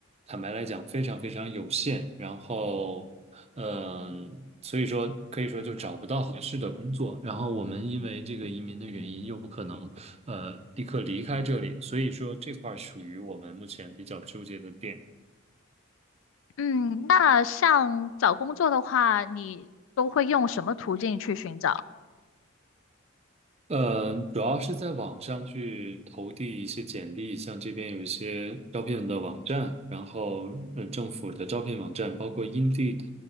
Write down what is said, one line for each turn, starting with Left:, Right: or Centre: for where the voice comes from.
Right: 坦白来讲非常非常有限，然后，嗯、所以说可以说就找不到合适的工作。然后我们因为这个移民的原因，又不可能呃立刻离开这里，所以说这块儿属于我们目前比较纠结的点。
Left: 嗯，那像找工作的话，你都会用什么途径去寻找？
Right: 呃，主要是在网上去投递一些简历，像这边有一些招聘的网站，然后呃政府的招聘网站，包括 Indeed，